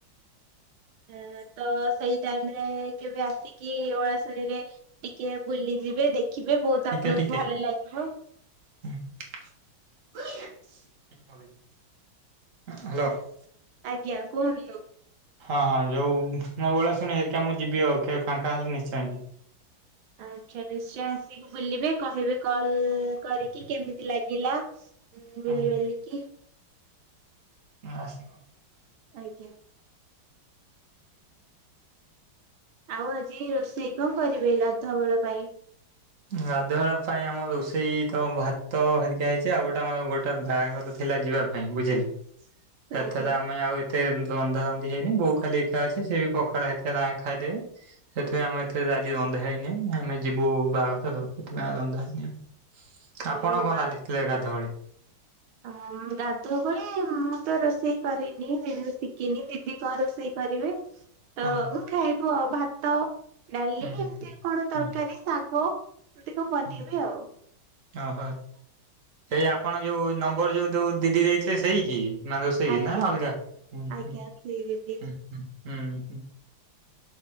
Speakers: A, on the right; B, on the right.
A: ଏଣେତ ସେଇ ଟାଇମ୍ ରେ କେବେ ଆସିକି ଓଳାଶୁଣି ରେ ଟିକେ ବୁଲି ଯିବେ ଦେଖିବେ ବହୁତ୍
B: ଟିକେ
A: ଆପଣଙ୍କୁ
B: ଟିକେ
A: ଭଲ ଲାଗିବ।
B: <inaudible> ହ୍ୟାଲୋ
A: ଆଜ୍ଞା କୁହନ୍ତୁ।
B: ହଁ ହଁ ଯୋଉ ଓଳାଶୁଣି ହେରିକା ମୁଁ ଯିବି ଆଉ କେବେ ଫାଙ୍କା ହେଲେ ନିଶ୍ଚୟ ଯିବି।
A: ଆଚ୍ଛା ନିଶ୍ଚୟ ଆସିକି ବୁଲିବେ କହିବେ କଲ୍ କରିକି କେମିତି ଲାଗିଲା ବୁଲି
B: ହୁଁ
A: ବାଲିକି
B: <unintelligible>
A: ଆଜ୍ଞା। ଆଉ ଆଜି ରୋଷେଇ କଣ କରିବେ ଗାଧୁଆ ବେଳ ପାଇଁ
B: ଗାଧୁଆବେଳ ପାଇଁ ଆମ ରୋଷେଇ ତ ଭାତ ହେରିକା ହେଇଛି ଆଉ ଗୋଟା ଆମର ଗୋଟା ବାହାଘର ଥିଲା ଯିବା ପାଇଁ ବୁଝିଲେ
A: ଆଜ୍ଞା।
B: ଏଥର ଆମେ ଆଉ ଏ ତେ ରନ୍ଧା ରନ୍ଧି ହେଇନି ବୋଉ ଖାଲି ଏକା ଅଛି ସେ ବି ପଖାଳ ହେଇଥିଲା ତା ଖାଇଦେବେ। ସେଥିପାଇଁ ଆମେ ଏତେ ଆଜି ରନ୍ଧା ହେଇନି ଆମେ ଯିବୁ ବାହାଘର ତ ସେଥିପାଇଁ ରନ୍ଧା ହେଇନି। ଆପଣ
A: ହଲୋ
B: କଣ
A: ବା
B: ରାନ୍ଧିଥିଲେ ଗାଧୁଆବେଳେ?
A: ଆଁ ଗାଧୁଅ ପାଇଁ ମୁଁ ତ ରୋଷେଇ କରେନି ଶିଖିନି ଦିଦି କଣ ରୋଷେଇ କରିବେ ତ
B: ହଁ
A: ମୁଁ ଖାଇବୁ ଆଉ ଭାତ, ଡାଲି
B: ହୁଁ
A: ଏମିତି କଣ
B: ହୁଁ
A: ତରକାରି, ଶାଗ ଏମତି କଁ ବନେଇବେ
B: ହୁଁ
A: ଆଉ
B: ଓହୋ ସେଇ ଆପଣ ଯୋଉ ନମ୍ବର ଯୋଉ ଦିଦି ଦେଇଥିଲେ ସେଇ କି ନା ରୋଷେଇ
A: ଆଜ୍ଞା
B: ନା ଅଲଗା ହୁଁ ହୁଁ
A: ଆଜ୍ଞା ସେଇ ଦିଦି
B: ହୁଁ ହୁଁ ହୁଁ ହୁଁ